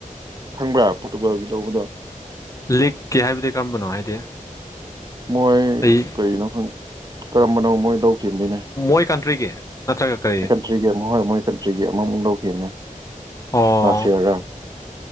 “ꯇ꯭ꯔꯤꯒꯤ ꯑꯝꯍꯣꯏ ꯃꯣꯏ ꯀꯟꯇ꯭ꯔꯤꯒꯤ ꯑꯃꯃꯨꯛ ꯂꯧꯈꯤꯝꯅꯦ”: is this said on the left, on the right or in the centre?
Right